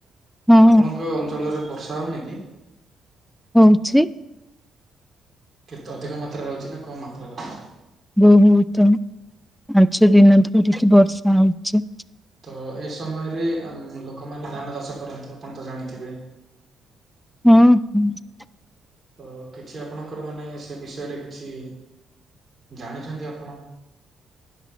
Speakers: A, in the centre; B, on the right.
A: ହଁ
B: ଆପଣଙ୍କ ଅଞ୍ଚଳରେ ବର୍ଷା ହଉନି କି?
A: ହଉଛି।
B: କେତେ ଅଧିକ ମାତ୍ରାରେ ହଉଚି ନା କମ୍ ମାତ୍ରାରେ ହଉଚି?
A: ବହୁତ ପାଞ୍ଚ ଦିନ ଧରିକି ବର୍ଷା ହଉଚି।
B: ତ ଏ ସମୟରେ ଆମ୍ -ଲୋକମାନେ ଧାନ ଚାଷ କରନ୍ତି ଆପଣ ତ ଜାଣିଥିବେ?
A: ହୁଁ - ହୁଁ।
B: ତ କିଛି ଆପଣଙ୍କର ମାନେ ସେ ବିଷୟରେ କିଛି ଜାଣିଚନ୍ତି ଆପଣ?